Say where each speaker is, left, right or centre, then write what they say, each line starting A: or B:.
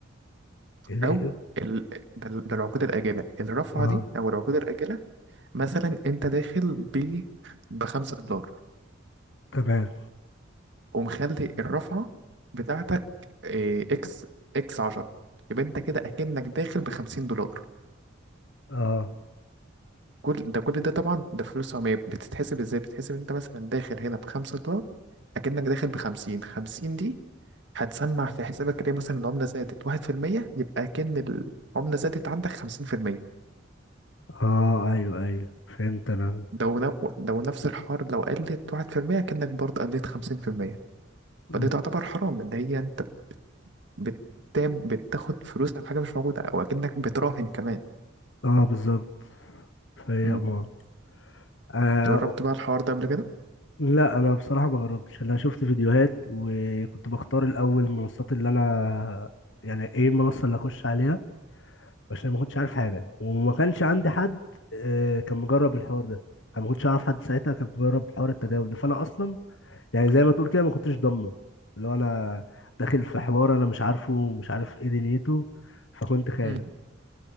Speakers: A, on the left (about 65°); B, on the right (about 60°).
A: الايه
B: او ال... ده ال- ده العقود الآجلة الرفعة
A: اه
B: دي او العقود الآجلة مثلا انت داخل ب بخمسة دولار
A: تمام
B: ومخلي الرفعة بتاعتك إيه، اكس اكس 10 يبقى انت كده اكنك داخل ب 50 دولار
A: اه
B: كل ده كل ده طبعا ده فلوس عمية بتتحسب ازاي بتتحسب انت مثلا داخل هنا ب 5 دولار اكنك داخل ب 50 50 دي هتسمع في حسابك ليه مثلا العملة زادت 1% يبقى اكن العملة زادت عندك 50%
A: اه ايوه ايوه فهمت انا
B: ده ون- ده ونفس الحوار لو قلت 1% اكنك برضه قلت 50%
A: م.
B: فدي تعتبر حرام اللي هي انت بتتاب بتاخد فلوس على حاجة مش موجودة وأكنك بتراهن كمان
A: اه بالظبط فهي
B: مم.
A: امار. اه
B: جربت بقى الحوار ده قبل كده
A: لا انا بصراحه ما جربتش انا شفت فيديوهات وكنت بختار الاول المنصات اللي انا يعني ايه المنصه اللي اخش عليها عشان ما كنتش عارف حاجه وما كانش عندي حد آه، كان مجرب الحوار ده انا ما كنتش اعرف حد ساعتها كان مجرب حوار التداول ده فانا اصلا يعني زي ما تقول كده ما كنتش ضامنه اللي هو انا داخل في حوار انا مش عارفه مش عارف ايه دنيته فكنت خايف
B: مم.